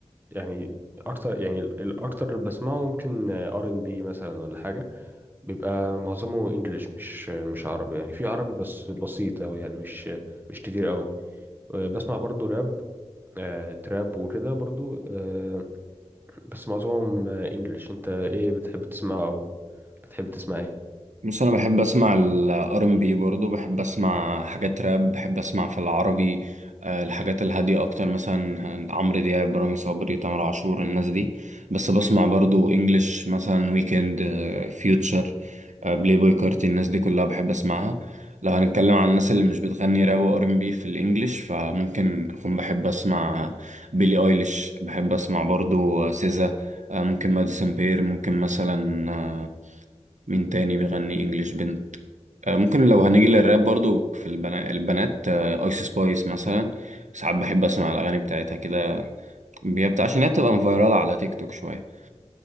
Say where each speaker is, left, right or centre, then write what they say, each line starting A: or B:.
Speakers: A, on the right (about 15°); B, on the right (about 80°).
A: يعني اكتر يعني ال- الاكتر اللي بسمعه ممكن ار ان بي مثلا ولا حاجه بيبقى معظمه انجليش مش مش عربي يعني في عربي بس بسيط او يعني مش مش كتير قوي بسمع برضو راب آه، تراب وكده برضو آه، بس معظمهم انجليش انت ايه بتحب تسمعه او بتحب تسمع ايه
B: بص انا بحب اسمع الار ام بي برضه بحب اسمع حاجات راب بحب اسمع في العربي آه، الحاجات الهاديه اكتر مثلا عمرو دياب رامي صبري تامر عاشور الناس دي بس بسمع برضه انجلش مثلا ويكند فيوتشر بلاي بوي كارتي الناس دي كلها بحب اسمعها لو هنتكلم عن الناس اللي مش بتغني راب وار ام بي في الانجليش فممكن اكون بحب اسمع بيلي ايليش بحب اسمع برضه سيزا آه، ممكن ماديسون بير ممكن مثلا آه، مين تاني بيغني انجليش بنت آه، ممكن لو هنيجي للراب برضو في البنا... البنات ايس سبايس مثلا ساعات بحب اسمع الاغاني بتاعتها كده بيبت... عشان هي بتبقى فايرال على تيك توك شويه